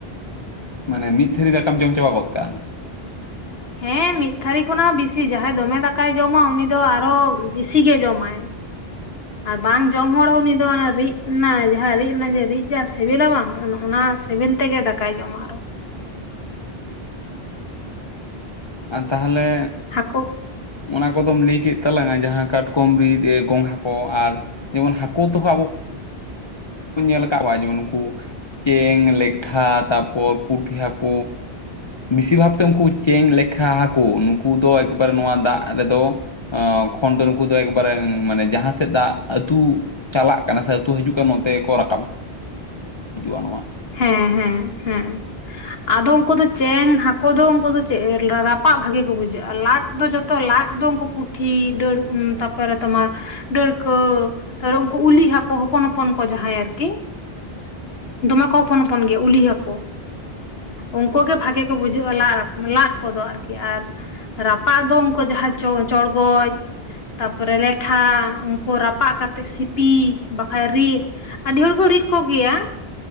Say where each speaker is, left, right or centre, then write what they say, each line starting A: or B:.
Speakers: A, on the left (about 35°); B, on the left (about 70°).
A: ᱢᱟᱱᱮ ᱢᱤᱫ ᱛᱷᱟᱹᱨᱤ ᱫᱟᱠᱟᱢ ᱡᱚᱢ ᱪᱟᱵᱟ ᱜᱚᱫ ᱠᱟᱜᱼᱟ
B: ᱦᱮᱸ ᱢᱤᱫ ᱛᱷᱟᱹᱨᱤ ᱠᱷᱚᱱᱟᱜ ᱵᱤᱥᱤ ᱡᱟᱦᱟᱸᱭ ᱫᱚᱢᱮ ᱫᱟᱠᱟᱭ ᱡᱚᱢᱟ ᱩᱱᱤ ᱫᱚ ᱟᱨᱚ ᱵᱤᱥᱤ ᱜᱮ ᱡᱚᱢᱟᱭ ᱟᱨ ᱵᱟᱝ ᱡᱚᱢ ᱦᱚᱲ ᱦᱚᱸ ᱱᱤᱛ ᱚᱱᱟ ᱨᱤᱫ ᱨᱮᱱᱟᱜ ᱡᱟᱦᱟᱸ ᱨᱤᱫ ᱨᱮᱱᱟᱜ ᱨᱤᱫ ᱡᱟ ᱥᱮ ᱥᱤᱵᱤᱞᱟ ᱵᱟᱝ ᱚᱱᱟ ᱥᱤᱵᱤᱞ ᱛᱮᱜᱮ ᱫᱟᱠᱟᱭ ᱡᱚᱢᱟ ᱟᱨᱚ
A: ᱟᱨ ᱛᱟᱦᱚᱞᱮ
B: ᱦᱟᱠᱳ
A: ᱚᱱᱟ ᱠᱚᱫᱚᱢ ᱞᱟᱹᱭ ᱠᱮᱫ ᱛᱟᱞᱟᱝᱟ ᱡᱟᱦᱟᱸ ᱠᱟᱴᱠᱚᱢ ᱨᱤᱫ ᱜᱚᱝᱜᱷᱟ ᱠᱚ ᱟᱨ ᱡᱮᱢᱚᱱ ᱦᱟᱠᱳ ᱛᱚ ᱦᱟᱜ ᱟᱵᱚ ᱧᱮᱞ ᱠᱟᱜ ᱠᱚᱣᱟ ᱡᱮᱢᱚᱱ ᱱᱩᱠᱩ ᱪᱮᱝ ᱞᱮᱴᱷᱟ ᱛᱟᱨᱯᱚᱨ ᱯᱩᱴᱷᱤ ᱦᱟᱠᱳ ᱵᱮᱥᱤ ᱵᱷᱟᱵ ᱛᱮ ᱩᱱᱠᱩ ᱪᱮᱝ ᱞᱮᱠᱷᱟ ᱦᱟᱠᱳ ᱱᱩᱠᱩ ᱫᱚ ᱮᱠᱵᱟᱨᱮ ᱱᱚᱣᱟ ᱫᱟᱜ ᱨᱮᱫᱚ ᱠᱷᱚᱱ ᱫᱚ ᱱᱩᱠᱩ ᱫᱚ ᱮᱠᱵᱟᱨᱮ ᱢᱟᱱᱮ ᱡᱟᱦᱟᱸ ᱥᱮᱫ ᱫᱟᱜ ᱟᱹᱛᱩ ᱪᱟᱞᱟᱜ ᱠᱟᱱᱟ ᱥᱮ ᱟᱹᱛᱩ ᱦᱤᱡᱩᱜ ᱠᱟᱱᱟ ᱱᱚᱛᱮ ᱜᱮᱠᱚ ᱨᱟᱠᱟᱵ ᱦᱤᱡᱩᱜᱼᱟ ᱱᱚᱣᱟ
B: ᱦᱮᱸ ᱦᱮᱸ ᱦᱮᱸ ᱟᱫᱚ ᱩᱱᱠᱩ ᱫᱚ ᱪᱮᱝ ᱦᱟᱠᱳ ᱫᱚ ᱩᱱᱠᱩ ᱫᱚ ᱨᱟᱯᱟᱜ ᱵᱷᱟᱜᱮ ᱠᱚ ᱵᱩᱡᱷᱟᱹᱜᱼᱟ ᱞᱟᱫ ᱫᱚ ᱡᱚᱛᱚ ᱛᱚ ᱞᱟᱫ ᱫᱚ ᱩᱱᱠᱩ ᱯᱩᱴᱷᱤ ᱰᱟ. ᱲᱠᱟ. ᱛᱟᱨᱯᱚᱨᱮ ᱛᱚᱢᱟᱨ ᱰᱟᱹᱲᱠᱟᱹ ᱛᱮ ᱩᱱᱠᱩ ᱩᱞᱤ ᱦᱟᱹᱠᱩ ᱦᱚᱯᱚᱱ ᱦᱚᱯᱚᱱ ᱠᱚ ᱡᱟᱦᱟᱸᱭ ᱟᱨᱠᱤ ᱫᱚᱢᱮ ᱠᱚ ᱦᱚᱯᱚᱱ ᱦᱚᱯᱚᱱ ᱜᱮᱭᱟ ᱩᱞᱤ ᱦᱟᱠᱳ
A: ᱦᱮᱸ <inaudible>
B: ᱩᱱᱠᱩ ᱜᱮ ᱵᱷᱟᱜᱮ ᱠᱚ ᱵᱩᱡᱷᱟᱹᱜᱼᱟ ᱞᱟ ᱞᱟᱫ ᱠᱚᱫᱚ ᱟᱨᱠᱤ ᱟᱨ ᱨᱟᱯᱟᱜ ᱫᱚ ᱩᱱᱠᱩ ᱡᱟᱦᱟᱸ ᱪᱚᱲᱜᱚᱡ ᱛᱟᱯᱚᱨᱮ ᱞᱮᱴᱷᱟ ᱩᱱᱠᱩ ᱨᱟᱯᱟᱜ ᱠᱟᱛᱮᱫ ᱥᱤᱯᱤ ᱵᱟᱠᱷᱟᱱ ᱨᱤᱫ ᱟᱹᱰᱤ ᱦᱚᱲ ᱠᱚ ᱨᱤᱫ ᱠᱚᱜᱮᱭᱟ